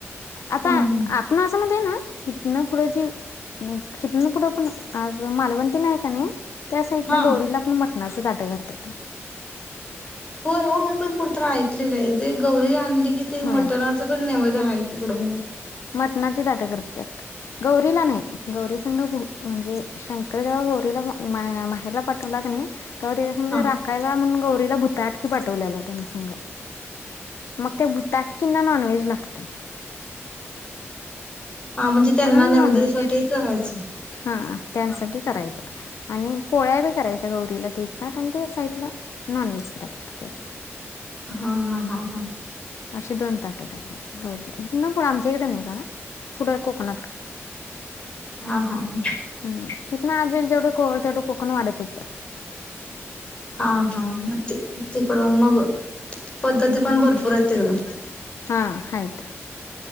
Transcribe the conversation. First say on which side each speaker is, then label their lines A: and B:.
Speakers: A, on the left; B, on the left.
A: आता
B: हम्म
A: आपण असं म्हणतोय ना, हितन पुढं जी हितन पुढं पण, आज मालवण ते नाही कनइ त्या साईटला
B: हा
A: गौरीला पण. मट मटणाचे ताट करत्यात.
B: होय ओ मी पण कुठ तरी ऐकलेलं आहे. जे गौरी आण कि ते
A: होय
B: मटनाच पण नैवेद्य आहेत. तिकड पण.
A: मटणाची ताट करत्यात गौरीला नाही. गौरी संघ म्हणजे शंकरदेव गौरीला माहेरला पाठवला कनी. तवा तेच्या संग
B: हा
A: राखायला म्हनून गौ रीला त्यानं भुताटकी पाठवलेलं त्यानं संग. मग त्या भुताटकिना नॉनव्हेज लागतंय.
B: हा म्हणजे त्यांना
A: म्हणून
B: नैवेद्यासाठी
A: नॉनव्हेज.
B: करायचं.
A: हा त्यांसाठी
B: हा
A: करायच. आणि पोळ्या बी करायच्या गौरीला ते एक-ताट आणि ते साईडला नॉन व्हेज ताट करतात.
B: हा, हा, हा, हा.
A: असे दोन ताटे करतात. गौरीला हीतंन पुढ आमच्या इकडे नाही पुढं कोकनात करतात.
B: हा. हा. हा
A: हम. आत जाईल तेवढं खोल तेवढं कोकण वाढतच जाते.
B: हा. हा. म तिकडं मग. पद्धती
A: पध्दती
B: पण भरपूर आहेत
A: पण
B: तिकडं.
A: भरपुर हायत त्या. हा हायत.